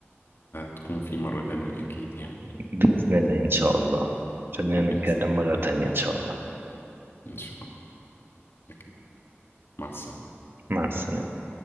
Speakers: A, on the left (about 60°); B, on the right (about 55°).
A: تكون في مرة تانية أكيد يعني
B: بإذن الله إن شاء الله خلينا
A: بإذن
B: نتكلم مرة تانية إن شاء الله
A: إن شاء الله أكيد مع السلامة
B: مع السلامة